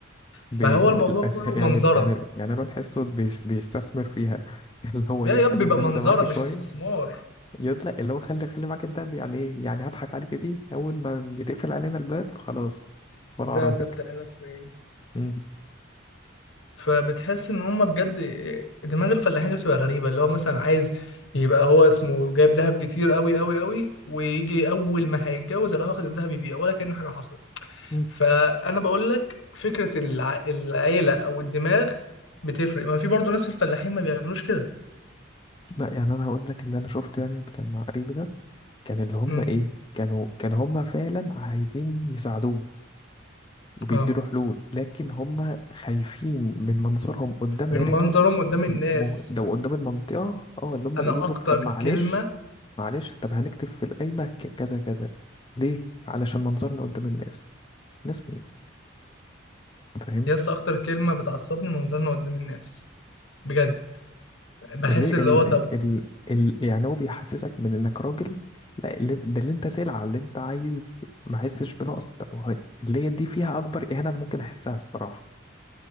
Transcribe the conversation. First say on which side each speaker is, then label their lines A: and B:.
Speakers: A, on the left; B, on the left.
A: بي...
B: فهو
A: ال-
B: الموضوع
A: <laughs>
B: كله منظرة
A: يعني يعني يعني الواد تحسه بيس... بيستثمر فيها <laughs> اللي هو
B: يا
A: ايه
B: يب
A: خلي
B: بيبقى
A: الدهب
B: منظرة
A: ده معاك شوية
B: مش استثمار
A: يقول لا اللي هو خلي خلي معاك الدهب يعني ايه يعني هضحك عليك بيه اول ما يتقفل علينا الباب خلاص ولا
B: الدهب
A: اعرفك
B: ده بتاع ناس اسمه ايه
A: مم.
B: فبتحس ان هما بجد دماغ الفلاحين دي بتبقى غريبه اللي هو مثلا عايز يبقى هو اسمه جايب دهب كتير قوي قوي قوي ويجي اول ما هيتجوز يروح واخد الدهب يبيع ولا كأن حاجه حصلت
A: مم.
B: فانا بقول لك فكره الع... العيله او الدماغ بتفرق ما في برضو ناس في الفلاحين ما بيعملوش كده
A: لا يعني انا هقول لك اللي انا شفته يعني كان مع قريبي ده كان اللي هم
B: امم
A: ايه كانوا كان هم فعلا عايزين يساعدوه وبيديله
B: اه
A: حلول لكن هم خايفين من منظرهم قدام
B: من
A: عيلتهم
B: منظرهم قدام الناس
A: وده قدام المنطقة اه اللي هم
B: انا
A: يقولوا له
B: اكتر
A: طب معلش
B: كلمه
A: معلش طب هنكتب في القايمة ك- كذا كذا ليه علشان منظرنا قدام الناس ناس مين فاهم
B: يا اسطى اكتر كلمه بتعصبني منظرنا قدام الناس بجد بحس
A: ليه ال...
B: اللي هو طب
A: ال... ال... يعني هو بيحسسك من انك راجل لا اللي... ده اللي انت سلعة اللي انت عايز ما احسش بنقص طب هو اللي هي دي فيها اكبر اهانة انا ممكن احسها الصراحة